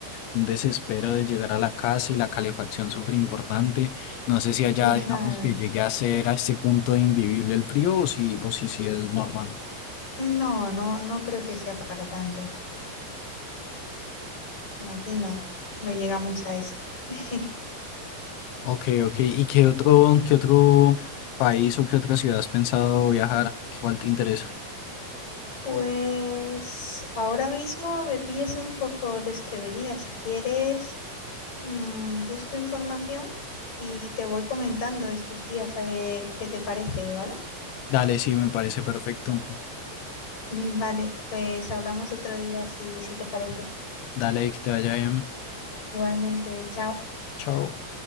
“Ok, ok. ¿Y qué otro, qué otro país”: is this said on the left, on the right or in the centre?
Left